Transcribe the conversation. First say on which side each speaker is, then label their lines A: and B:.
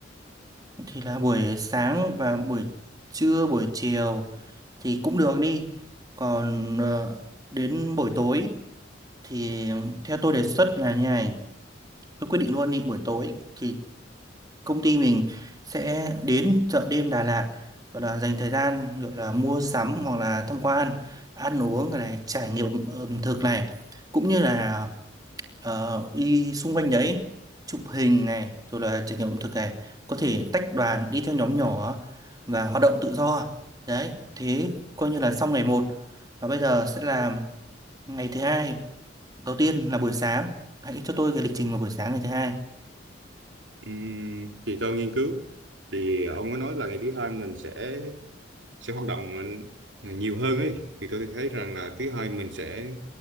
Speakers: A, on the right (about 20°); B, on the right (about 80°).
A: Thì là buổi sáng và buổi trưa, buổi chiều thì cũng được đi. Còn ờ, đến buổi tối thì theo tôi đề xuất là như này tôi quyết định luôn đi buổi tối thì công ty mình sẽ đến chợ đêm Đà Lạt gọi là dành thời gian gọi là mua sắm hoặc là tham quan ăn uống này trải nghiệm ẩm thực này cũng như là ờ, đi xung quanh đấy chụp hình này rồi là trải nghiệm ẩm thực này có thể tách đoàn đi theo nhóm nhỏ và hoạt động tự do đấy thế coi như là xong ngày một và bây giờ sẽ là ngày thứ hai Đầu tiên là buổi sáng, hãy cho tôi cái lịch trình vào buổi sáng ngày thứ hai.
B: Ừm, thì tôi nghiên cứu thì ông có nói là ngày thứ hai mình sẽ sẽ hoạt động ờ, nhiều hơn ấy thì tôi thấy rằng là thứ hai mình sẽ